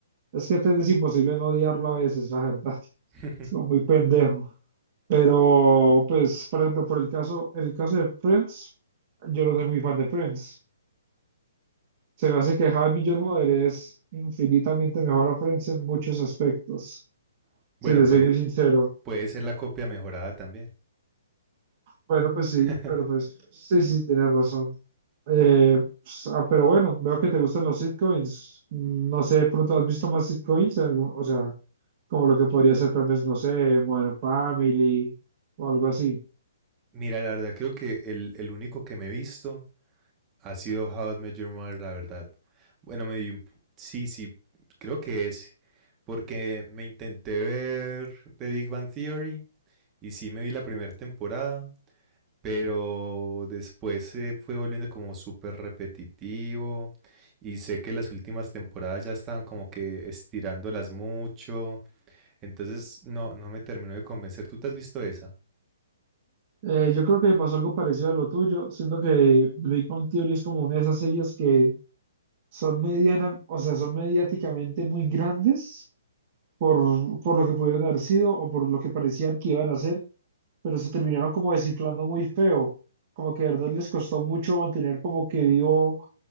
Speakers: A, on the right; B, on the right.
A: Es que es imposible no odiarlo a veces, la verdad. <laughs>
B: <laughs>
A: Es como muy pendejo. Pero pues, por ejemplo, por el caso, el caso de Friends, yo no soy muy fan de Friends. Se me hace que Jaime Jormoder es infinitamente mejor a Friends en muchos aspectos,
B: Bueno,
A: si te
B: puede,
A: soy muy sincero.
B: puede ser la copia mejorada también.
A: Bueno, pues sí,
B: <laughs>
A: pero pues sí, sí, tienes razón. Eh, pues, ah, pero bueno, veo que te gustan los sitcoms. No sé, de pronto has visto más sitcoms, Algún- o sea, como lo que podría ser tal vez, no sé, Modern Family o algo así.
B: Mira, la verdad, creo que el, el único que me he visto ha sido How I Met Your Mother, la verdad. Bueno, me vi, un- p- Sí, sí, creo que es. Porque me intenté ver The Big Bang Theory y sí me vi la primera temporada, pero después se fue volviendo como súper repetitivo y sé que las últimas temporadas ya estaban como que estirándolas mucho Entonces, no, no me terminó de convencer. ¿Tú te has visto esa?
A: Eh, yo creo que me pasó algo parecido a lo tuyo, siento que Big Bang Theory es como una de esas series que son mediana, o sea, son mediáticamente muy grandes por, por lo que pudieron haber sido o por lo que parecían que iban a hacer, pero se terminaron como desinflando muy feo, como que de verdad les costó mucho mantener como que vivo